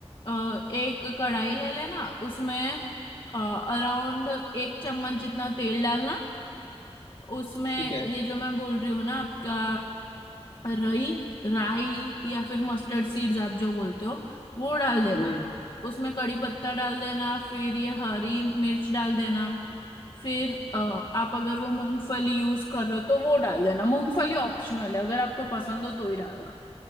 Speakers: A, on the left; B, on the left.
A: अ, एक कढ़ाई ले लेना उसमें अराउंड एक चम्मच जितना तेल डालना उसमें
B: ठीक है
A: ये जो मैं बोल रही हूँ ना आपका रई राई या फिर मस्टर्ड सीड्स आप जो बोलते हो वो डाल देना
B: हम्म
A: उसमें कड़ी पत्ता डाल देना फिर ये हरी मिर्च डाल देना फिर अ, आप अगर वो मूंगफली यूज कर रहे हो तो वो डाल देना मूंगफली ऑप्शनल है अगर आपको पसंद हो तो ही डालना